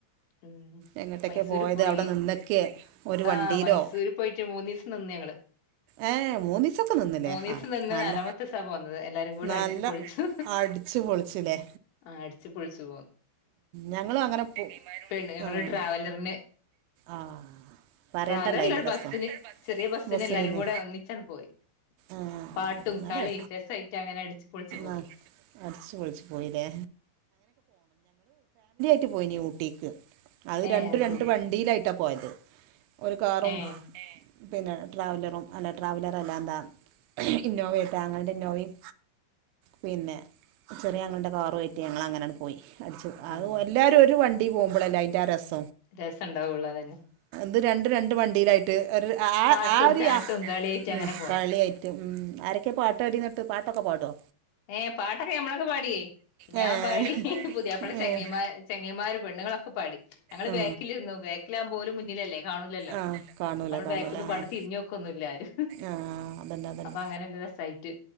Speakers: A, on the left (about 75°); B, on the right (about 85°).
A: ഉം
B: എങ്ങട്ടൊക്കെ
A: മൈസൂര്
B: പോയത്
A: പോയി.
B: അവിടെ നിന്നൊക്കെ ഒരു വണ്ടിയിലോ
A: ആ മൈസൂര് പോയിട്ട് മൂന്നീസം നിന്ന് ഞങ്ങള്.
B: ഏ മൂന്നീസൊക്കെ നിന്നില്ലേ,
A: മൂന്നീസം
B: ആ
A: നിന്ന്
B: നല്ല
A: നാലാമത്തെ ദിവസാ പോന്നത് എല്ലാരും കൂടെ
B: നല്ല
A: അടിച്ചു പൊളിച്ചു
B: അടിച്ചു പൊളിച്ചുല്ലേ?
A: ആഹ് അടിച്ചു പൊളിച്ചു
B: ഞങ്ങളും അങ്ങനെ പോ
A: പ്പെണ് ഞങ്ങള്
B: ആഹ്
A: ട്രാവലറിന്
B: ആഹ് പറയണ്ടല്ലോ
A: ട്രാവലർല്ല
B: അയിന്റെ
A: ഒരു ബസ്സിന്
B: രസം
A: ചെറിയ ബസ്സിന്
B: ബസ്സിനല്ലേ
A: എല്ലാരും കൂട് ടെ ഒന്നിച്ചങ്ട് പോയി,
B: ആഹ്
A: പാട്ടും
B: നല്ല
A: കളീം രസായിട്ടങ്ങനെ അടിച്ചു പൊളിച്ചു പോയി.
B: ആ അടിച്ചു പൊളിച്ചു പോയില്ലേ റ്റു പോയിന് ഊട്ടിക്ക്. അത്
A: ഏഹ്
B: രണ്ടുരണ്ടു
A: ശരി
B: വണ്ടിയിലായിട്ട പോയത്. ഒരു കാറും
A: ഏഹ്
B: പിന്നെ ട്രാവലറും. അല്ല ട്രാവലറല്ല എന്താ ഇന്നോവ ആയ്ട്ട് ആങ്ങളുടെ ഇന്നോവയും പിന്നെ ചെറിയാങ്ങളുടെ കാറുവായിട്ട് ഞങ്ങളങ്ങനെയങ്ട് പോയി. അച്ചു അ
A: ആഹ്
B: ഉ എല്ലാരും ഒരു വണ് ണ്ടീ പോമ്പളല്ലേ അയിന്റാരസ്
A: രസണ്ടാവുള്ളൂ അതന്നെ.
B: ത് രണ്ട് രണ്ട് വണ്ടിയിലായിട് ര് ര് ആ
A: പാട്ടും
B: ആര്യാ
A: ചാട്ടും കളിയായിട്ട് അങ്ങനെ
B: ഉം
A: പോണം
B: കളിയായിട്ടും ഉം ആരൊക്കെ പാട്വാടിന്ന്ട്ട് പാട്ടൊക്കെ പാട്വോ?
A: ഏ പാട്ടൊക്കെഞമ്മളൊക്കെ പാടിയേ, ഞാൻ
B: ഏഹ്
A: പാടി പുതിയാപ്ലെ ചെങ്ങയിമാർ
B: ഏഹ്
A: ചെങ്ങായിമാര് പെണ്ണുങ്ങളൊക്കെ പാടി ഞങ്ങള്
B: ആഹ്
A: ബാക്കിലിരുന്നു ബാക്കിലാകുമ്പോ ഓര് മുന്നിലല്ലേ കാണൂല്ലല്ലോ
B: ആഹ് കാണൂല
A: നമ്മള്
B: കാണൂല
A: ബാക്കിന്ന്
B: ആഹ്
A: പാട് തിരിഞ്ഞു നോക്കു ന്നുല്ലാരും.
B: ആഹ് അതന്നെ അതന്നെ
A: അപ്പ അങ്ങനന്തൊര സായിറ്റ്